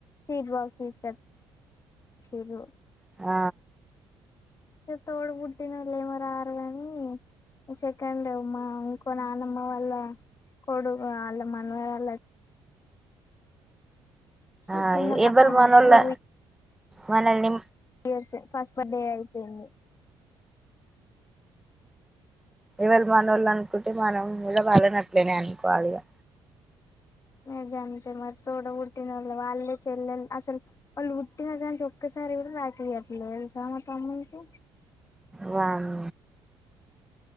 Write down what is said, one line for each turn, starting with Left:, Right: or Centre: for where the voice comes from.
Left: సీట్ బాక్స్ తీసుకొ చిర్రు.
Centre: ఆ
Left: ఇగ తోడ పుట్టినోళ్ళేమో రారు కానీ సేకండ్ మా ఇంకో నానమ్మ వాళ్ళ కొడుకు వాళ్ళ మనవరాలు అ వచ్చి
Centre: అయి
Left: చిన్న పాప
Centre: ఎవళ్
Left: ఆమె
Centre: మనోళ్లే
Left: టూ
Centre: మనల్ని
Left: ఇయర్సే ఫస్ట్ బర్డే అయిపేయింది.
Centre: ఎవళు మనోళ్ళు అనుకుంటే మనం కూడా వాళ్ళన్ని అట్లనే అనుకోవాలిగా.
Left: ఇగ గంతే మరి తోడ పుట్టినోళ్ళు వాళ్ళే చెల్లెలు అసలు వాళ్ళు పుట్టిన కానుంచి ఒక్కసారి కూడా రాఖీలు కట్టలేదు తెలుసా మా తమ్మునికి.
Centre: వన్